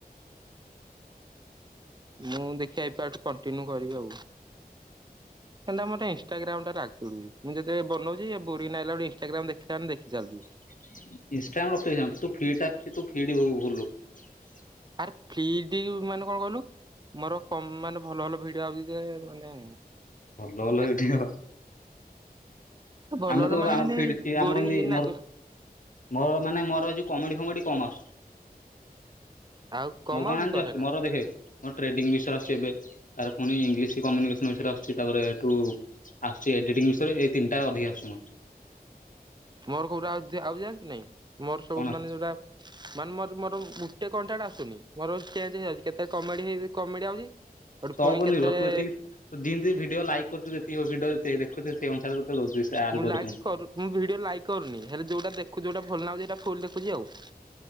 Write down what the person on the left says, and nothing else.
<inaudible>
ଭଲଲ
ଏଇଠଅ
ଆମେ
ତ
ଆମର
ଫିଟ୍ ଅ
ଆମର ଏମିତି
ମୋର ମୋର ମାନେ ମୋର ଯଉ କମେଡି ଫମେଡି କମର୍ସ
ମୋର କଣ ଜାଣିଛୁ
ଆସୁଛି
ମୋର ଦେଖେ ମୋ ଟ୍ରେଡିଂ ବିଷୟରେ ଆସଛି ଏବେ। ତାର ପୁଣି ଇଂଲିଶ କମ୍ୟୁନିକେସନ ବିଷୟରେ ଆସୁଛି। ତାପରେ ଏଇଠୁ ଆସୁଛି ଏଡିଟିଂ ବିଷୟ ଏଇତିନିଟା ଅଧିକା ହୁଁ।
କଣ ଆସୁଛି
ତୋ
ଉପରେ
ନିର୍ଭର ତୁ ଏତିକି ଯେମିତି ଭିଡିଓ ଲାଇକ୍ କରୁଛୁ ଯେତିକି ଭିଡିଓ ଯେତିକି ଦେଖୁଛୁ ସେଇ ଅନୁସାରେ ଦଉଛି ସେ ଆଲଗୋରିଦମ।